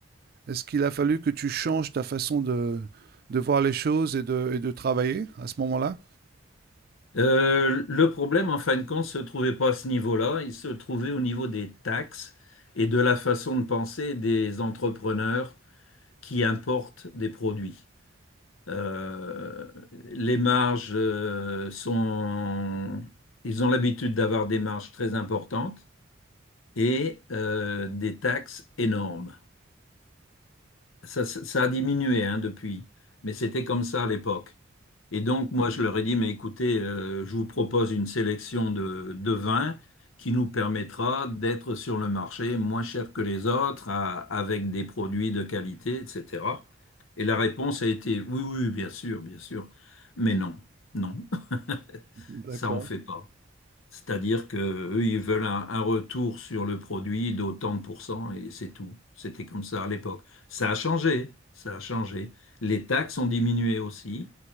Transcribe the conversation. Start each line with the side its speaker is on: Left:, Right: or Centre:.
Right: Est-ce qu'il a fallu que tu changes ta façon de, de voir les choses et de, et de travailler à ce moment-là?
Left: Euh, le problème, en fin de compte, ne se trouvait pas à ce niveau-là, il se trouvait au niveau des taxes et de la façon de penser des entrepreneurs qui importent des produits. Euh, les marges euh, sont, ils ont l'habitude d'avoir des marges très importantes et euh, des taxes énormes. Ça, ça- ça a diminué hein, depuis, mais c'était comme ça à l'époque. Et donc, moi, je leur ai dit, mais écoutez, euh, je vous propose une sélection de, de vins qui nous permettra d'être sur le marché moins cher que les autres, à- avec des produits de qualité, etc. Et la réponse a été, oui, oui, bien sûr, bien sûr, mais non, non, <laughs>
Right: D'accord.
Left: ça on fait pas. C'est-à-dire que eux, ils veulent un, un retour sur le produit d'autant de pourcents et c'est tout. C'était comme ça à l'époque. Ça a changé, ça a changé. Les taxes ont diminué aussi